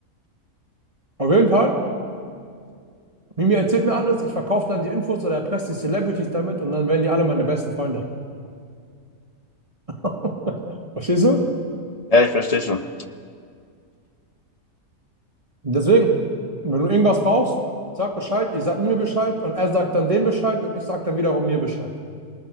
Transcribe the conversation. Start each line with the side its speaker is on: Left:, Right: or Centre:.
Right: Auf jeden Fall. Mimi erzählt mir alles, ich verkaufe dann die Infos oder erpresse die Celebrities damit und dann werden die alle meine besten Freunde. <laughs> Verstehst du?
Left: Ja, ich verstehe schon.
Right: Deswegen, wenn du irgendwas brauchst, sag Bescheid, ich sag mir Bescheid und er sagt dann den Bescheid und ich sag dann wiederum mir Bescheid.